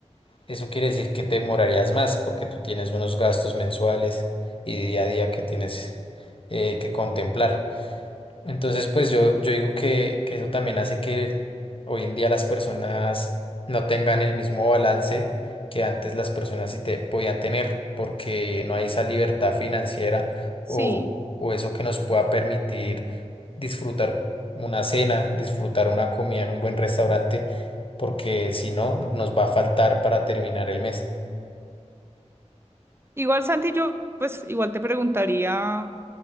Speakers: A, on the left; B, on the right.
A: Eso quiere decir que te demorarías más porque tú tienes unos gastos mensuales y día a día que tienes eh, que contemplar. Entonces, pues yo, yo digo que, que eso también hace que hoy en día las personas no tengan el mismo balance que antes las personas sí te podían tener, porque no hay esa libertad financiera
B: Sí.
A: o, o eso que nos pueda permitir disfrutar una cena, disfrutar una comida en un buen restaurante, porque si no, nos va a faltar para terminar el mes.
B: Igual, Santi, yo pues igual te preguntaría,